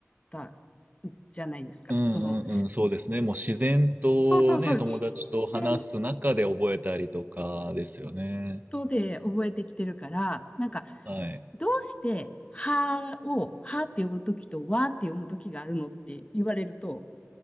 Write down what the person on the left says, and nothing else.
たじゃないですか。
その、
そうそうそう、自然
とで覚えてきてるから、なんか、
どうして、はを、はって読む時と、わって読む時があるのって言われると、